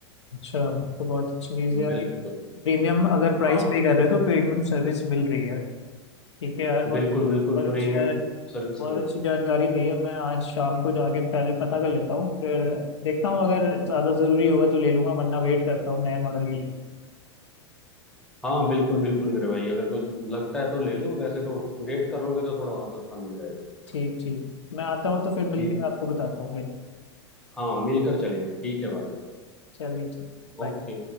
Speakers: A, on the left; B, in the centre.
A: अच्छा तो बहुत अच्छी चीज़ है यार
B: बिल्कुल
A: एक प्रीमियम अगर प्राइस
B: हाँ
A: पे कर रहे हैं तो प्रीमियम सर्विस मिल रही है ठीक है यार बहुत
B: बिल्कुल
A: बहुत
B: बिल्कुल
A: अच्छी
B: प्रीमियम
A: यार
B: सर्विस
A: बहुत
B: मिल
A: अच्छी
B: रही
A: जानकारी दी है मैं आज शाम को जाके पहले पता कर लेता हूँ फिर देखता हूँ अगर ज़्यादा ज़रूरी होगा तो ले लूँगा वरना वेट करता हूँ नए मॉडल के लिए
B: हाँ बिल्कुल बिल्कुल मेरे भाई अगर कोई लगता है तो ले लो वैसे तो वेट कर लोगे तो थोड़ा और सस्ता मिल जाएगा
A: ठीक ठीक मैं आता हूँ तो फिर मिलकर
B: ठीक
A: आपको बताता हूँ फिर
B: हाँ मिलकर चलेंगे ठीक है भाई
A: चलिए ठीक bye।
B: ओके